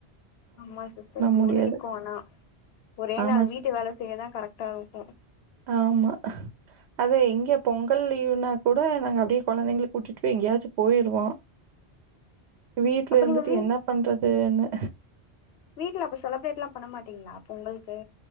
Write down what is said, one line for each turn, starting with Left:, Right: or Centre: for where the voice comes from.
Left: ஆமா சிஸ்டர் போர்
Right: முடியாது
Left: அடிக்கு ஆனா ஒரே
Right: ஆமா
Left: நாள்
Right: சிஸ்டர்
Left: வீட்டு வேல செய்யதா கரெக்ட்டா இருக்கு.
Right: ஆமா. அது எங்க பொங்கல் லீவுன்னா கூட நாங்க அப்டியே கொழந்தைங்கள கூட்டிட்டு போய் எங்கியாச்சு போயிருவோ. வீட்ல
Left: அப்ப
Right: இருந்துட்டு
Left: நீங்க வீ
Right: என்ன பண்றதுன்னு.
Left: வீட்ல அப்ப செலப்ரேட்லா பண்ணமாட்டீங்ளா பொங்கல்க்கு.